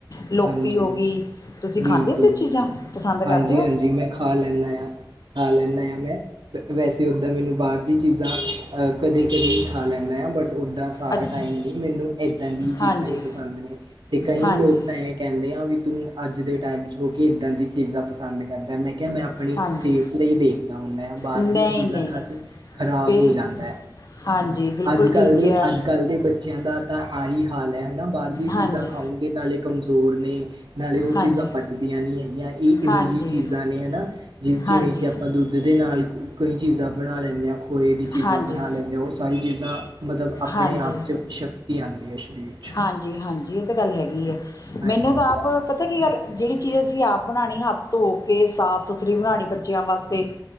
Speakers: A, on the left; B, on the right.
A: ਲੋਕੀ
B: ਹਾਂਜੀ
A: ਹੋ ਗੀ ਤੁਸੀ
B: ਬਿਲਕੁਲ
A: ਖਾਂਦੇ ਓ ਤੇ ਚੀਜ਼ਾਂ ਪਸੰਦ
B: ਹਾਂਜੀ
A: ਕਰਦੇ ਓ?
B: ਹਾਂਜੀ ਮੈਂ ਖਾ ਲੈਂਦਾ ਹਾਂ ਖਾ ਲੇਨਾ ਆ ਮੈਂ ਵੈਸੇ ਓਦਾਂ ਮੈਨੂੰ ਬਾਰ ਦੀ ਚੀਜ਼ਾਂ ਅ ਕਦੀ ਕਦੀ ਖਾ ਲੈਨਾ ਆ ਬੱਟ ਓਦਾਂ ਸਾਰਾ
A: ਅੱਛਾ
B: ਟਾਈਮ ਨਈ, ਮੈਨੂੰ ਏਦਾਂ ਦੀ ਚੀਜ਼ਾਂ
A: ਹਾਂਜੀ
B: ਹੀ ਪਸੰਦ ਨੇ ਤੇ ਕਈ
A: ਹਾਂਜੀ
B: ਲੋਕ ਕੈਂਦੇ ਆ ਵੀ ਤੂੰ ਅੱਜ ਦੇ ਟਾਈਮ ਚ ਹੋਕੇ ਏਦਾ ਦੀ ਚੀਜ਼ਾਂ ਪਸੰਦ ਪਸੰਦ ਕਰਦਾ ਮੈ ਕਿਆ ਮੈ ਆਪਣੀ
A: ਹਾਂਜੀ
B: ਸੇਤ ਲਈ ਦੇਖਦਾ ਹਾਂ ਮੈ ਬਾਰ
A: ਨਹੀਂ
B: ਦੀਆਂ ਚੀਜ਼ਾਂ
A: ਨਹੀਂ
B: ਖਾ ਕੇ ਖ਼ਰਾਬ
A: ਬਿਲ
B: ਹੋ ਜਾਂਦਾ ਐ।
A: ਹਾਂਜੀ ਬਿਲਕੁਲ
B: ਅੱਜ
A: ਠੀਕ
B: ਕੱਲ੍ਹ ਦੇ,
A: ਕਿਹਾ
B: ਅੱਜ ਕੱਲ੍ਹ ਦੇ ਬੱਚਿਆਂ ਦਾ ਤਾ ਆਹੀ ਹਾਲ ਹੈ ਹਨਾ ਬਾਰ ਦੀ
A: ਹਾਂਜੀ
B: ਚੀਜ਼ਾਂ ਖਾਓ ਨਾਲੇ ਕਮਜੋਰ ਨੇ, ਨਾਲੇ ਓ
A: ਹਾਂਜੀ
B: ਚੀਜ਼ਾਂ ਪਚਦੀਆਂ ਨੀ ਹੇਗੀਆਂ ਏ
A: ਹਾਂਜੀ
B: ਇਹੋ ਜੀ ਚੀਜ਼ਾਂ ਨੇ ਹਨਾ ਜਿ- ਜਿਂਵੇ
A: ਹਾਂਜੀ
B: ਕਿ ਆਪਾ ਦੁੱਧ ਦੇ ਨਾਲ ਕਈ ਚੀਜ਼ਾਂ ਬਣਾ ਲੈਨੇ ਆ ਖੋਏ ਦੀ ਚੀਜਾ
A: ਹਾਂਜੀ
B: ਬਣਾ ਲੈਨੇ ਓ ਸਾਰੀ ਚੀਜ਼ਾਂ ਮਤਬ ਆਪਣੇ
A: ਹਾਂਜੀ
B: ਆਪ 'ਚ ਸ਼ਕਤੀ ਆਂਦੀ ਆ ਸ਼ਰੀਰ ਚ
A: ਹਾਂਜੀ- ਹਾਂਜੀ ਏ ਤਾ ਗੱਲ ਹੈਗੀ ਐ।
B: ਹਾਂਜੀ
A: ਮੈਨੂੰ ਤਾ
B: ਵਧੀਆ
A: ਆਪ ਪਤਾ ਕੀ ਗੱਲ ਜੇੜੀ ਚੀ ਅਸੀ ਆਪ ਬਣਾਣੀ ਹੱਥ ਧੋ ਕੇ ਸਾਫ਼ ਸੁਥਰੀ ਬਣਾਣੀ ਬੱਚਿਆਂ ਵਾਸਤੇ